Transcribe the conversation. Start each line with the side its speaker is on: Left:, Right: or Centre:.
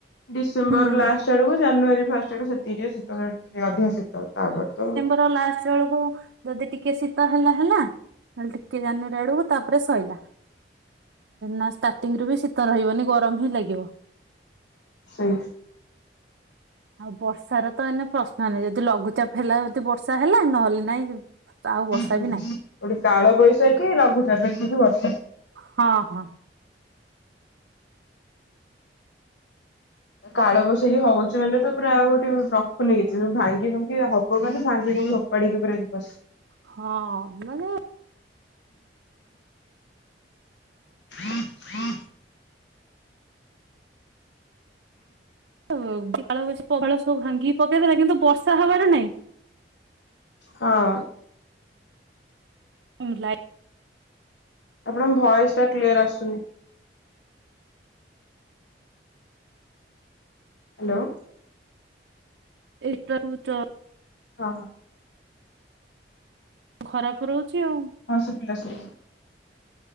Left: ଡିସେମ୍ବର
Right: ହୁଁ।
Left: ଲାଷ୍ଟ ଆଡକୁ, ଜାନୁଆରୀ ଫାଷ୍ଟ ଆଡକୁ ସେତିକି ଟିକେ ଶୀତ ଲାଗୁଛି। ଅଧିକ ଶୀତ ତାପରେ ତ
Right: ଶୀତ ଲାଷ୍ଟ ବେଳକୁ ଯଦି ଟିକେ ଶୀତ ହେଲା, ହେଲା, ନହେଲେ ଟିକେ ଜାନୁଆରୀ ଆଡ଼କୁ ତାପରେ ଶଇଲା। ନାଁ ଷ୍ଟାର୍ଟିଂ ରୁ ବି ଶୀତ ଶୀତ ରହିବନି ଗରମ ହିଁ ଲାଗିବ।
Left: ସେଇଆ।
Right: ଆଉ ବର୍ଷାର ତ ଏଇନେ ପ୍ରଶ୍ନ ନାହିଁ। ଯଦି ଲଘୁଚାପ ହେଲା ଯଦି ବର୍ଷା ହେଲା ନହେଲେ ନାଇଁ। ଆଉ ବର୍ଷା
Left: ଗୋଟେ
Right: ବି ନାହିଁ
Left: କାଳବୈଶାଖି, ଲଘୁଚାପ ଏତିକି ବର୍ଷା।
Right: ହଁ, ହଁ।
Left: କାଳବୈଶାଖି କି ହଉଚି। ସେମାନେେ ତ ପୁରା ଆଉ ଗୋଟେ ରଖୁନି କିଛି। ସବୁ ଭାଙ୍ଗି ଭୁଁଙ୍ଗି ହବ ମାନେ, ଭାଙ୍ଗି ଭୁଁଙ୍ଗି ଫୋପାଡି କି ପୁରା ଯିବସିଏ।
Right: ହଁ ମାନେ,
Left: <unintelligible>
Right: ଓ ଡାଳ ଫାଳ ସବୁ ଭାଙ୍ଗିକି ପକେଇ ଦେଲା କିନ୍ତୁ ବର୍ଷା ହବାର ନାଇଁ।
Left: ହଁ।
Right: ମୁଁ ଲାଇକ।
Left: ଆପଣଙ୍କ ଭଏସ ଟା କ୍ଲିୟର ଆସୁନି। ହ୍ୟାଲୋ।
Right: ଏଇଟା କୁ ତ।
Left: ହଁ, ହଁ।
Right: ଖରାପ ରହୁଛି ଆଉ।
Left: ହଁ ସୁଵିଲା, ସୁବିଲା।